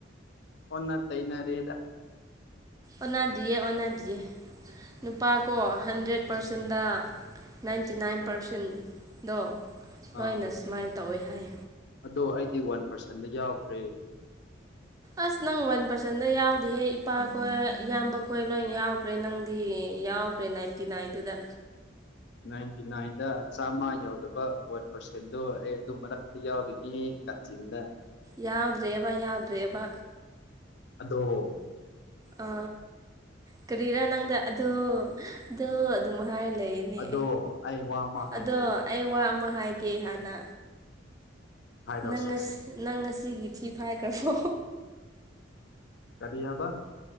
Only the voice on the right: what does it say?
ꯑꯣꯟꯗꯤꯌꯦ ꯑꯣꯟꯅꯗꯤꯌꯦ ꯅꯨꯄꯥꯀꯣ ꯍꯟꯗ꯭ꯔꯦꯠ ꯄꯥꯔꯁꯦꯟꯗ ꯅꯥꯏꯟꯇꯤ ꯅꯥꯏꯟ ꯄꯥꯔꯁꯦꯟꯗꯣ ꯂꯣꯏꯅ
ꯁꯨꯃꯥꯏꯅ ꯇꯧꯋꯦ ꯍꯥꯏ
ꯑꯁ ꯅꯪ ꯋꯥꯟ ꯄꯥꯔꯁꯟꯗ ꯌꯥꯎꯗꯤꯍꯦ ꯏꯄꯥꯈꯣꯏ ꯏꯌꯥꯝꯕ ꯈꯣꯏ ꯂꯣꯏ ꯌꯥꯎꯈ꯭ꯔꯦ ꯅꯪꯗꯤ ꯌꯥꯎꯈ꯭ꯔꯦ ꯅꯥꯏꯟꯇꯤ ꯅꯥꯏꯟꯗꯨꯗ
ꯌꯥꯎꯗ꯭ꯔꯦꯕ ꯌꯥꯎꯗ꯭ꯔꯦꯕ
ꯑ ꯀꯔꯤꯔꯥ ꯅꯪꯗ ꯑꯗꯣ ꯑꯗꯣ ꯑꯗꯨꯝꯃ ꯥꯍꯥꯏꯔ ꯂꯩꯌꯦꯅꯦ
ꯑꯗꯣ ꯑꯩ ꯋꯥ ꯑꯃ ꯍꯥꯏꯒꯦ ꯍꯥꯟꯅ
ꯅꯪ
ꯉꯁꯤ ꯅꯪ ꯉꯁꯤꯒꯤ ꯊꯤ ꯐꯥꯏꯈ꯭ꯔꯕꯣ